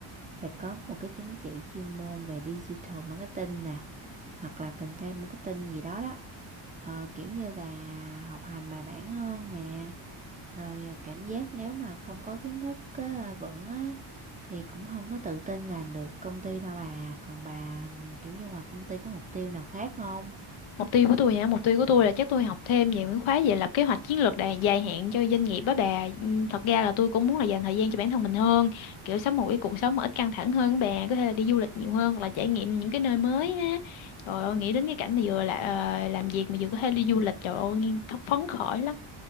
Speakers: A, on the right (about 20°); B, on the left (about 70°).
A: Phải có một cái chứng chỉ chuyên môn về digital marketing nè, hoặc là content marketing gì đó đó. Ờ, kiểu như là học hành bài bản hơn nè rồi à, cảm giác nếu mà không có kiến thức á, vững á thì cũng không có tự tin làm được công ty đâu bà còn bà kiểu như ngoài công ty có mục tiêu nào khác không
B: Mục tiêu của tôi hả? Mục tiêu của tôi là chắc tôi học thêm về mấy khóa về lập kế hoạch chiến lược dài, dài hạn cho doanh nghiệp á bà. Ừm, Thật ra là tôi cũng muốn là dành thời gian cho bản thân mình hơn, kiểu sống một cái cuộc sống mà ít căng thẳng hơn á bà, có thể là đi du lịch nhiều hơn hoặc là trải nghiệm những cái nơi mới á. Trời ơi, nghĩ đến cái cảnh mà vừa là ờ, làm việc mà vừa có thể đi du lịch, trời ơi, nghe thật phấn khởi lắm.